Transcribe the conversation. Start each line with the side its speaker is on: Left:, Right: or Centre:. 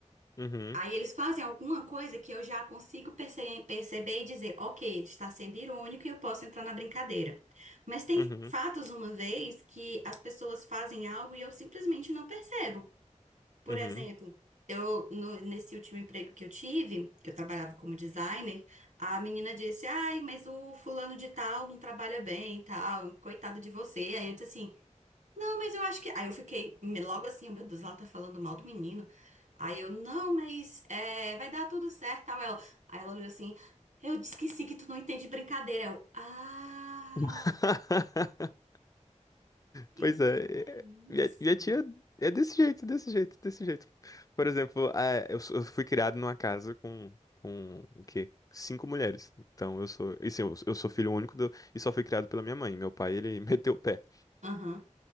Left: Uhum,
Right: Aí eles fazem alguma coisa que eu já consigo perce- perceber e dizer, ok, ele está sendo irônico e eu posso entrar na brincadeira. Mas tem
Left: uhum,
Right: fatos uma vez que as pessoas fazem algo e eu simplesmente não percebo. Por
Left: uhum.
Right: exemplo, eu no- nesse último emprego que eu tive, que eu trabalhava como designer, a menina disse, ai, mas o fulano de tal não trabalha bem, e tal, coitado de você. Aí eu disse assim, não, mas eu acho que. Aí eu fiquei me- logo assim, meu Deus, ela tá falando mal do menino. Aí eu, não, mas é, vai dar tudo certo, tal. Ela, aí ela olhou assim, eu disse que sim, que tu não entende brincadeira. Eu, ah,
Left: <laughs>
Right: ent-
Left: Pois é,
Right: é
Left: é- minha,
Right: isso.
Left: minha tia é desse jeito, desse jeito, desse jeito. Por exemplo, é, eu, sou- eu fui criado numa casa com, com o quê? Cinco mulheres. Então eu sou, e sim, eu, eu sou filho único do- e só fui criado pela minha mãe. Meu pai, ele <laughs> meteu o pé.
Right: Aham,